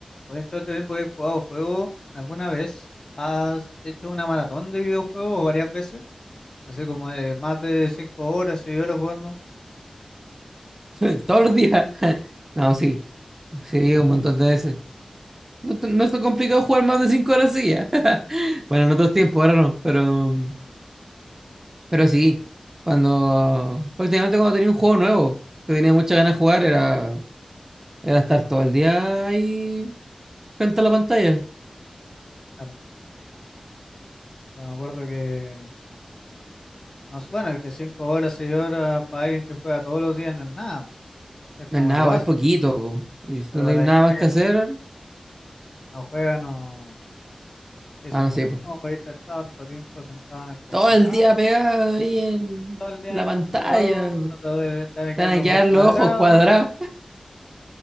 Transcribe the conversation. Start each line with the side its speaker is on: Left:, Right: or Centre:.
Left: Oye, En todo este tiempo que he jugado juegos, ¿alguna vez has hecho una maratón de videojuegos o varias veces? Así como de más de 5 horas, 6 horas jugando.
Right: <laughs> Todos los días. No, sí, sí, un montón de veces. No, te- no está complicado jugar más de cinco horas sí, <laughs> Bueno, en otros tiempos, ahora no, pero, pero sí, cuando prácticamente cuando tenía un juego nuevo que tenía muchas ganas de jugar era, era estar todo el día ahí frente a la pantalla.
Left: Claro, ya me acuerdo que, no, sé, bueno, que 5 horas, 6 horas para alguien que juega todos los días no es nada, es
Right: No
Left: como
Right: es nada,
Left: lo básico.
Right: es poquito, po. Y si
Left: Pero
Right: no
Left: para
Right: tenés nada
Left: la gente
Right: más
Left: que
Right: que
Left: no,
Right: hacer,
Left: no juega, no dicen
Right: ah, no
Left: como,
Right: sé, po.
Left: ¿cómo puedes estar tanto tiempo sentado en el computador?
Right: Todo el día pegado ahí en
Left: Todo el día
Right: la
Left: en el
Right: pantalla,
Left: computador,
Right: po.
Left: no te duele, te van a
Right: te
Left: quedar
Right: van
Left: los
Right: a quedar
Left: ojos cuadrados.
Right: los ojos cuadrados,